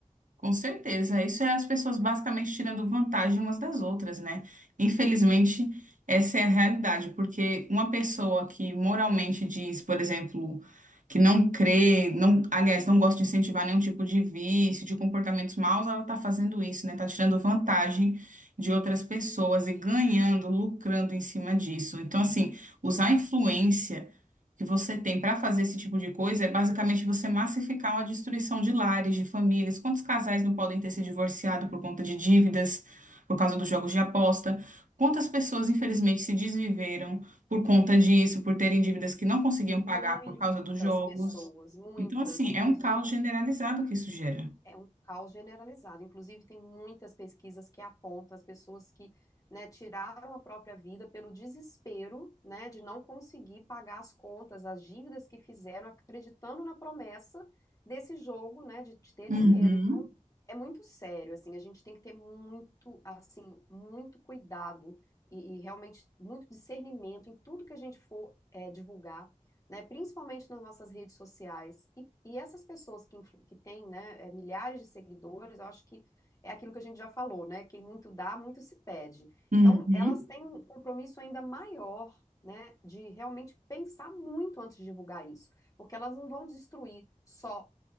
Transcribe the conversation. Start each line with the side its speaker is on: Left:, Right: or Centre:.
Right: Com certeza, isso é as pessoas basicamente tirando vantagem umas das outras, né? Infelizmente, essa é a realidade, porque uma pessoa que moralmente diz, por exemplo, que não crê, não, aliás, não gosta de incentivar nenhum tipo de vício, de comportamentos maus, ela tá fazendo isso, né? Tá tirando vantagem de outras pessoas e ganhando, lucrando em cima disso. Então, assim, usar a influência que você tem para fazer esse tipo de coisa é basicamente você massificar uma destruição de lares, de famílias. Quantos casais não podem ter se divorciado por conta de dívidas, por causa dos jogos de aposta? Quantas pessoas, infelizmente, se desviveram por conta disso, por terem dívidas que não conseguiam
Left: Muitas
Right: pagar por causa dos jogos?
Left: pessoas, muitas,
Right: Então, assim,
Left: inclusive.
Right: é um caos generalizado que isso gera.
Left: É um caos generalizado. Inclusive, tem muitas pesquisas que apontam as pessoas que, né, tiraram a própria vida pelo desespero, né, de não conseguir pagar as contas, as dívidas que fizeram, acreditando na promessa desse jogo, né, de de ter
Right: Uhum,
Left: dinheiro. Então, é muito sério, assim, a gente tem que ter muito, assim, muito cuidado e, e realmente muito discernimento em tudo que a gente for, eh, divulgar né, principalmente nas nossas redes sociais. E, e essas pessoas que, influ- que têm, né, eh, milhares de seguidores, eu acho que é aquilo que a gente já falou, né? Quem muito dá, muito se pede.
Right: uhum,
Left: Então, elas têm um compromisso ainda maior, né, de realmente pensar muito antes de divulgar isso, porque elas não vão destruir só